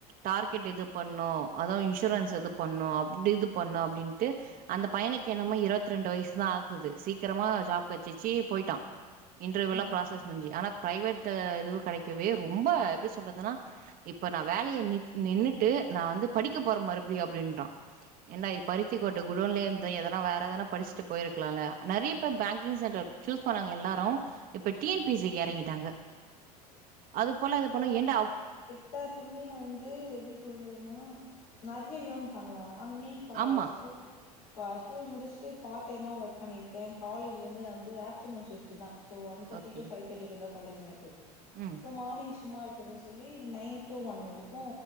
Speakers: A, on the right (about 45°); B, on the left (about 70°).
A: டார்கேட் இது பண்ணு அதுவு இன்சூரன்ஸ் இது பண்ணு அப்டி இது பண்ணு அப்டின்ட்டு அந்த பையனுக்கு என்னமே இருவத் ரெண்டு வய்சு தா ஆகுது சீக்கரமா ஜாப் கெடச்சிருச்சு போயிட்டா இன்டர்வியூலா
B: ம்
A: ப்ராசஸ் முஞ்சு ஆனா பிரைவேட் இதுவு கெடைக்கவே ரொம்ப எப்டி சொல்றதுன்னா இப்ப நா வேலைய நின் நின்னுட்டு நா வந்து படிக்க போறே மறுபடியு அப்டின்றா ஏன்டா இது பருத்தி கொட்ட குடோன்லே இருந்தா எதனா வேற எதனா படிச்சுட்டு போயிருக்லால்ல நறைய பேர் பேங்க் <unintelligible> செக்டார் சூஸ் பண்ணாங்க எல்லாரு இப்ப டிஎன் பிசிக்கு எறங்கிட்டாங்க அது போல இது பண்ணு ஏன்டா
B: செக்டார்லிமே வந்து எப்டி சொல்றதுன்னா நறைய ஏர்ன் பண்லா நானுமே தா
A: ஆமா
B: ஸ்கூல் கா ஸ்கூல் முடிச்சுட்டு பார்ட் டைமா ஒர்க் பண்ணிருக்கே காலேஜ் வந்து நா வந்து ஆஃப்டர்நூன் ஷிஃப்ட் ட்டு தா so one thirty
A: okay
B: two five thirty இக்கு தா காலஜ் எனக்கு
A: ம்
B: சோ மார்னிங் சும்மா இருக்கேன்னு சொல்லி நைன் டூ ஒன் வரைக்கு